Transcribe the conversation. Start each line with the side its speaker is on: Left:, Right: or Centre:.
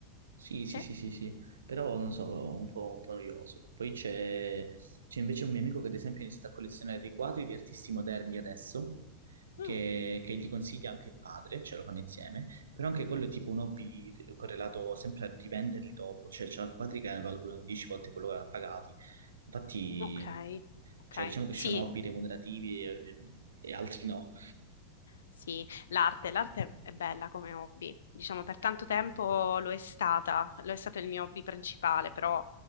Right: Sì, sì,
Left: Sì.
Right: sì, sì, sì, però non so, un po', un po' noioso. Poi c'è c'è invece un mio amico che ad esempio ha iniziato a collezionare dei quadri di artisti moderni adesso, che,
Left: Mm,
Right: che gli consiglia anche il padre, ce lo fanno insieme, però anche quello è tipo un hobby correlato sempre a rivenderli dopo, cioè c'ha quadri che valgono 10 volte quello che l'ha pagati. Infatti,
Left: ok, ok.
Right: cioè diciamo che
Left: Sì,
Right: ci sono hobby remunerativi e, e- e altri no.
Left: Sì, l'arte, l'arte è bella come hobby, diciamo per tanto tempo lo è stata, lo è stato il mio hobby principale, però